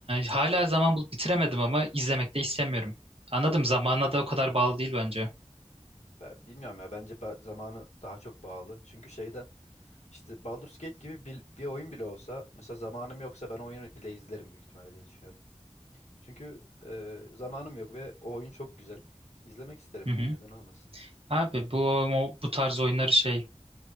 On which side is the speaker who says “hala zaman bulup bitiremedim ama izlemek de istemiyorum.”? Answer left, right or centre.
Right